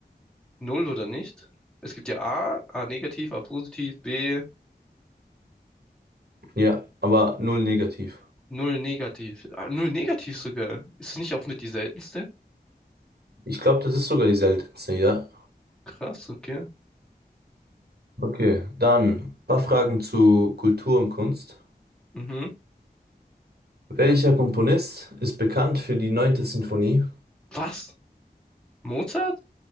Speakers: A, in the centre; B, on the right.
A: Null oder nicht? Es gibt ja A, A negativ, A positiv, B,
B: Ja, aber null negativ.
A: Null negativ. Ah, Null negativ sogar. Ist es nicht auch mit die seltenste?
B: Ich glaube, das ist sogar die seltenste, ja.
A: Krass, okay.
B: Okay, dann ein paar Fragen zu Kultur und Kunst.
A: Mhm.
B: Welcher Komponist ist bekannt für die neunte Sinfonie?
A: Was? Mozart?